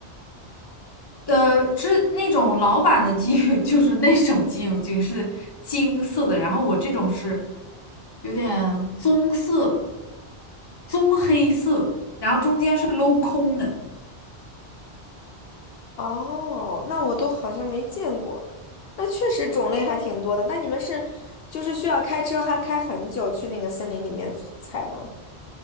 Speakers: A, on the left; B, on the left.
A: 呃，是那种老版的鸡 <laughs> 就是那种鸡柳菌是金色的，然后我这种是有点棕色的，棕黑色，然后中间是镂空的。
B: 哦，那我都好像没见过。那确实种类还挺多的。那你们是，就是需要开车还开很久去那个森林里面采吗？